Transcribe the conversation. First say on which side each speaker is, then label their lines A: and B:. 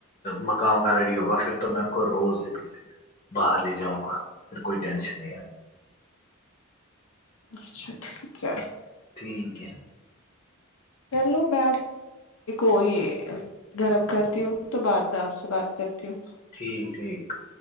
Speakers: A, on the left; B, on the left.
A: مکا کا رڈی ہوگا پھر تو میں ان کو روز بھی سے <unintelligible> باہر لے جاؤں گا پھر کوئی ٹینشن نہیں ہے <unintelligible>
B: اچھا <unintelligible> <inaudible> کیا
A: ٹھیک ہے
B: چلو میںپ کو یہ گرم کرتی ہوں تو بعد میں آپ سے بات کرتی ہوں <unintelligible>
A: ٹھیک ٹھیک <inaudible>